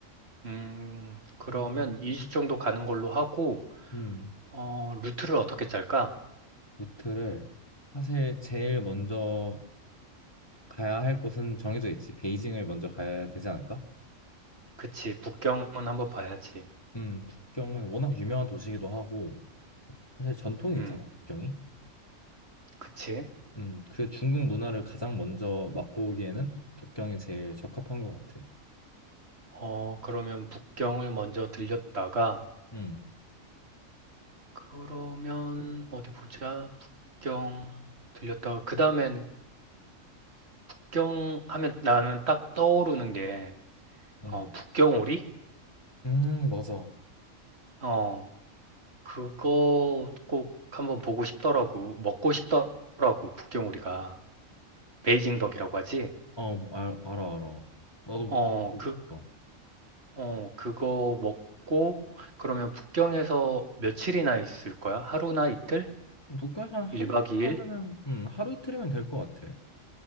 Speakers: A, on the right; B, on the left.
A: 음, 그러면
B: 음,
A: 2주 정도 가는 걸로 하고,
B: 음,
A: 어, 루트를 어떻게 짤까?
B: 루트를 사실 제일 먼저 가야 할 곳은 정해져 있지. 베이징을 먼저 가야 되지 않을까?
A: 그치, 북경은 한번 봐야지.
B: 음, 북경은 워낙 유명한 도시이기도 하고, 사실 전통이
A: 음,
B: 있잖아, 북경이.
A: 그치.
B: 음, 그 중국 문화를 가장 먼저 맛보기에는 북경이 제일 적합한 것 같아.
A: 어, 그러면 북경을 먼저 들렸다가,
B: 음,
A: 그러면 어디 보자. 북경 들렸다가, 그 다음엔 북경 하면 나는 딱 떠오르는 게,
B: 음,
A: 어, 북경오리?
B: 음, 맞아. 어,
A: 어, 그거 꼭 한번 보고 싶더라고. 먹고 싶더라고, 북경오리가. 베이징 덕이라고 하지?
B: 어, 알, 알아, 알아. 나도
A: 어,
B: 그거 먹어보고
A: 그,
B: 싶다.
A: 어, 그거 먹고, 그러면 북경에서 며칠이나 있을 거야? 하루나 이틀?
B: 북경에서 한 하루
A: 1박
B: 이틀
A: 2일?
B: 정도면, 음, 하루 이틀이면 될 것 같아.